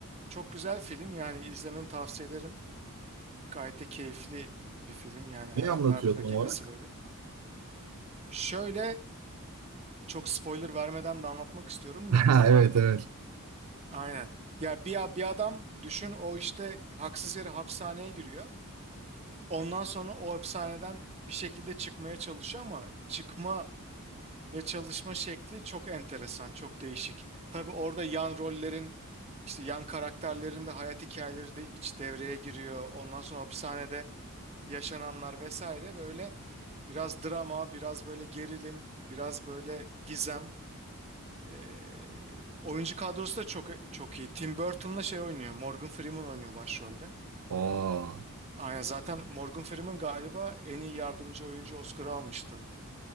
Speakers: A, on the right; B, on the right.
A: çok güzel film yani izlemeni tavsiye ederim. Gayet de keyifli bir film yani her,
B: Ne anlatıyor
A: her dakikası
B: tam olarak?
A: böyle.
B: <laughs>
A: Şöyle çok spoiler vermeden de anlatmak istiyorum
B: Ha,
A: da
B: evet evet.
A: aynen. Ya bir, bir adam düşün o işte haksız yere hapishaneye giriyor. Ondan sonra o hapishaneden bir şekilde çıkmaya çalışıyor ama çıkma Ya çalışma şekli çok enteresan, çok değişik. Tabii orada yan rollerin, işte yan karakterlerin de hayat hikayeleri de iç devreye giriyor. Ondan sonra hapishanede yaşananlar vesaire böyle biraz drama, biraz böyle gerilim, biraz böyle gizem. Ee, oyuncu kadrosu da çok çok iyi. Tim Burton'la şey oynuyor, Morgan Freeman oynuyor başrolde.
B: Aa,
A: Aynen zaten Morgan Freeman galiba en iyi yardımcı oyuncu Oscar'ı almıştı